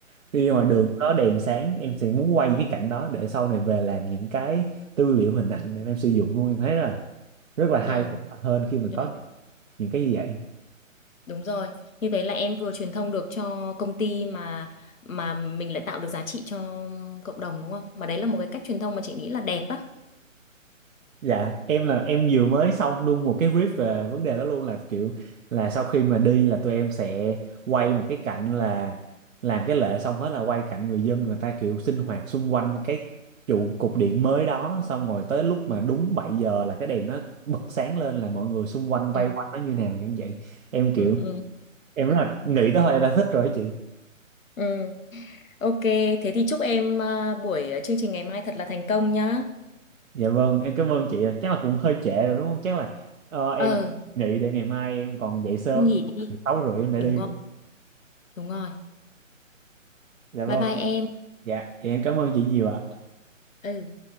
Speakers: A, on the right (about 70°); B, on the left (about 75°).
A: khi mà đường
B: ừ,
A: có đèn sáng em sẽ muốn quay những cái cảnh đó để sau này về làm những cái tư liệu hình ảnh để em sử dụng luôn em thấy là rất là hay
B: ừ,
A: hơn khi mà
B: ừ.
A: có những cái như vậy
B: Đúng rồi, như thế là em vừa truyền thông được cho công ty mà mà mình lại tạo được giá trị cho cộng đồng đúng không? Mà đấy là một cái cách truyền thông mà chị nghĩ là đẹp á.
A: dạ em là em vừa mới xong luôn một cái brief về vấn đề đó luôn là kiểu là sau khi mà đi là tụi em sẽ quay một cái cảnh là làm cái lễ xong hết là quay cảnh người dân người ta kiểu sinh hoạt xung quanh cái trụ cột điện mới đó xong rồi tới lúc mà đúng 7 giờ là cái đèn nó bật sáng lên là mọi người xung quanh vây
B: Ừ.
A: quanh nó như nào như vậy em kiểu
B: Ừ, ừ.
A: em rất là nghĩ tới thôi em đã thích rồi đó chị
B: Ừ, <laughs> ok, thế thì chúc em à, buổi à, chương trình ngày mai thật là thành công nhá.
A: Dạ vâng, em cảm ơn chị ạ. Chắc là cũng hơi trễ rồi đúng không? Chắc là ờ, em
B: Ờ,
A: nghĩ để ngày mai em còn dậy sớm,
B: nghỉ đi.
A: 6 rưỡi em đã
B: Đúng
A: đi
B: rồi,
A: rồi.
B: đúng rồi.
A: Dạ
B: Bye
A: vâng,
B: bye em.
A: dạ, vậy em cảm ơn chị nhiều ạ.
B: Ừ.